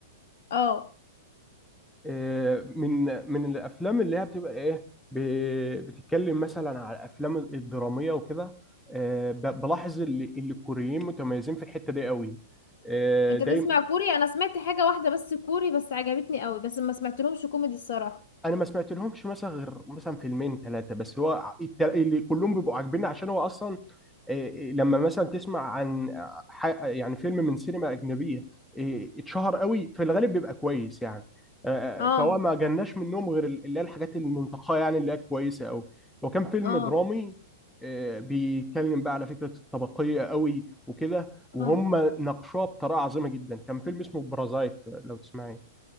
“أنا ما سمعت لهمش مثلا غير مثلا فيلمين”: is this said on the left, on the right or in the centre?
Centre